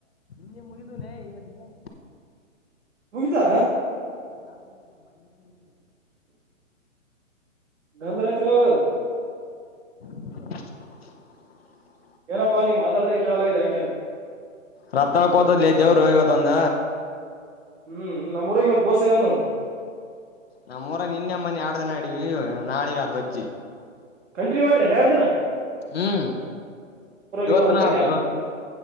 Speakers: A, on the left; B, on the right.
A: ನೀ ಮುಗಿದುನ ಇವತ್ತಿಗೆ
B: ಮುಗಿತಾ
A: ಹ ಯಗದು ಮ ನೀ
B: ನಂದ <unintelligible> ರಾತ್ರಿ ಹೋಗದತ್ತು
A: <unintelligible>
B: ಏನಪ್ಪಾ ನೀವು ಮಾತಾಡದೆ ಕೇಳಲ್ಲ ಇ ಯಾಕೇನ್
A: ರತ್ತಕತ ಲದೇವ <unintelligible> ರೋಹಿಗ ತಂದ
B: ಹ್ಮ್ ನಮ್ಮ್ಊಗ ಹೊದ ಬೋಸ ನೋಡು
A: ನಮ್ಮೂರ ನೆನ್ನೆ ಮೊನ್ನೆ ಆಡ್ದ ನಾಡೀವಿ ನಾಳಿಗೆ ಆದದ್ ವಜ್ಜಿ
B: ಕಂಟಿನ್ಯೂ ಆಡ್ರಿ ನನ್ <unintelligible> ಎಡ್್ದಿನ
A: ಹ್ಮ್ ಇವತ್
B: ಇಲ್ಲ ಒಂದ್
A: ನ
B: ದಿನ ಗ್ಯಾಪ್
A: ಇವತ್
B: ಕೊಡ್ತಾರ